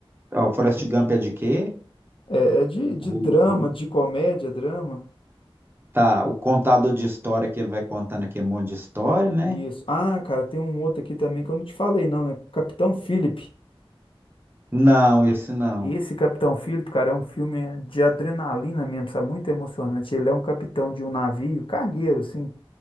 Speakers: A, on the right; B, on the left.
A: ó, Forrest Gump é de quê?
B: É, é de, de
A: Vou,
B: drama,
A: vou...
B: de comédia, drama.
A: Tá, o contador de história que ele vai contando aqui, é um monte de história, né?
B: Isso. Ah, cara, tem um outro aqui também que eu não te falei, não, né? Capitão Philip.
A: Não, esse não.
B: Esse Capitão Philip, cara, é um filme de adrenalina mesmo, sabe? Muito emocionante. Ele é um capitão de um navio, cargueiro, assim.